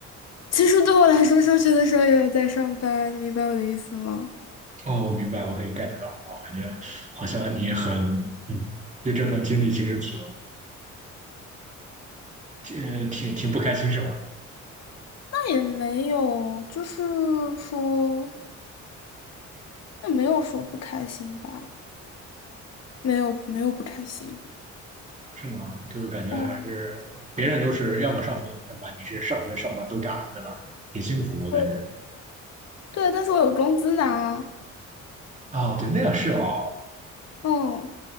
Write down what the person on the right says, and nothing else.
大？哦，我明白，我可以 get 到。我感觉好像你很，嗯，对这段经历其实挺，挺挺挺不开心，是吧？
是吗？就感觉还是别人都是要么上学，
要么上班，你是上学上班都干，对吧？挺辛苦，我感觉。
哦，对，那样是哦。